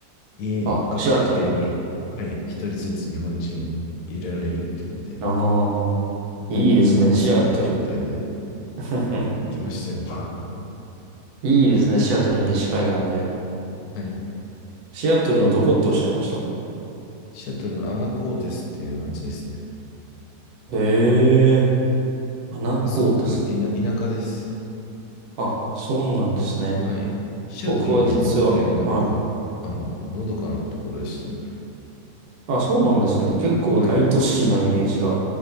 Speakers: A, on the left (about 80°); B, on the right (about 75°).
A: 家、
B: あ、
A: 各家庭に、
B: シアトル。
A: はい、一人ずつ日本人入れられるっていうので、
B: ああ、いいですね、
A: 何も話せない状態で
B: シアトル。<laughs>
A: 来ましたよ。<laughs>
B: いいですね、シアトル西海岸で。
A: はい。
B: シアトルのどこっておっしゃいました
A: シアトルのアナコーテスっていう街ですね。
B: へえ、穴子です。
A: すごくいな田舎です。
B: あ、そうなんですね。
A: はい。シアトルも思ったよりなんか、
B: 僕は実は、はい。
A: あの、のどかなところでしたね。
B: あ、そうなんですね。結構大都市なイメージが
A: はい。